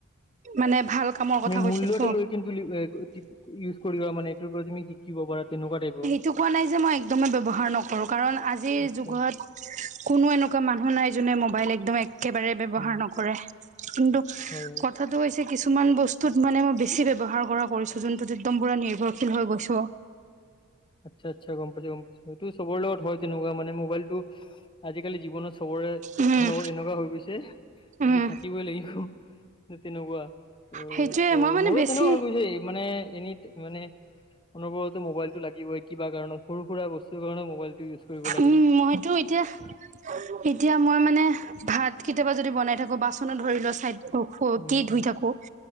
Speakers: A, on the right (about 35°); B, on the left (about 20°).
A: মানে ভাল কামৰ কথা কৈছেতো
B: মূল্যটো লৈ <unintelligible> ইউজ কৰিবা মানে এইটোৰ পৰা তুমি শিকিব পাৰা তেনেকুৱা টাইপৰ
A: এইটো কোৱা নাই যে মই একদমেই ব্যৱহাৰ নকৰোঁ কাৰণ আজিৰ
B: আচ্ছা
A: যুগত কোনো এনেকুৱা মানুহ নাই যোনে মোবাইল একদম একেবাৰে ব্যৱহাৰ
B: উম
A: নকৰে কিন্তু
B: হয়
A: কথাটো হৈছে কিছুমান বস্তুত মানে মই বেছি ব্যৱহাৰ কৰা কৰিছোঁ যোনটোত একদম পূৰা নিৰ্ভৰশীল হৈ গৈছোঁ
B: আচ্ছা আচ্ছা গম পাইছো গম পাইছো সেইটো চবৰ লগত হয় তেনেকুৱা মানে মোবাইলটো আজিকালি জীৱনত চবৰে
A: উম
B: লগৰী এনেকুৱা হৈ গৈছে
A: উম
B: যে থাকিবই লাগিব ঠিক তেনেকুৱা ত
A: সেইটোয়ে
B: চ
A: মই মানে
B: মোৰো
A: বেছি
B: তেনেকুৱা হৈ গৈছে মানে এই মানে অনবৰতে মোবাইলটো লাগিবই কিবা কাৰণত সৰু সুৰা বস্তু বস্তুৰ কাৰণে মোবাইলটো ইউজ কৰিব লাগে
A: উম মইতো এতিয়া এতিয়া মই মানে ভাত কেতিয়াবা যদি বনাই থাকো বাচনত ধৰি লোৱা চাইদ অ ফ
B: উম
A: টি ধুই থাকো